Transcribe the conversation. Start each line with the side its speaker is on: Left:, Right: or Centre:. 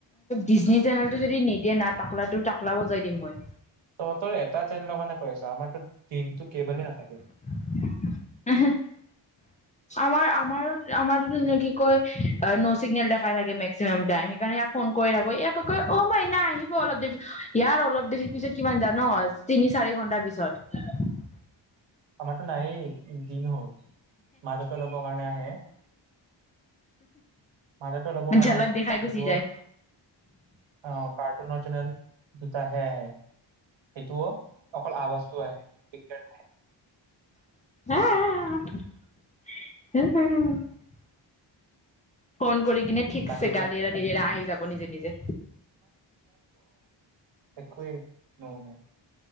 Left: ডিজী চেনেলটো যদি নিদিয়ে না তাকলাটো টাকলা বজাই দিম মই।
Right: তহতৰ এটা যেন লগ নে কৈ আছ আমাৰ তো দিনতটো কেইৱলে নাথাকে।
Left: <unintelligible> আমাৰ আমাৰো- আমাৰো টোনু কি কয় ন' চিগনেল দেখাই থাকে মেক্সিমাম টাইম, সেইকাৰণে ইয়াক ফোন কৰি থাকি ই কি কয় অ মাইনা আহিব অলপ দেৰি, ইয়াৰ অলপ দেৰি পিছত কিমান জান ন তিনি চাৰি ঘন্টাৰ পিছত।
Right: আমাৰতো নায়েই দিন হ'ল, মাজতে অলপৰ কাৰণে আহে, মাজতে অলপৰ কাৰণে
Left: ঝলক
Right: আহে,
Left: দেখাই গুচি
Right: যিটো
Left: যায়।
Right: আ কাৰ্টুনৰ চেনেল দুটা হে আহে। সেইটোও অকল আৱাজটো আহ
Left: <unintelligible> ফোন কৰি এনে ঠিকছে
Right: বাকী
Left: গালি এৰ নি দেৰা আহি যাব নিজে- নিজে।
Right: একোৱেই নুশুনে,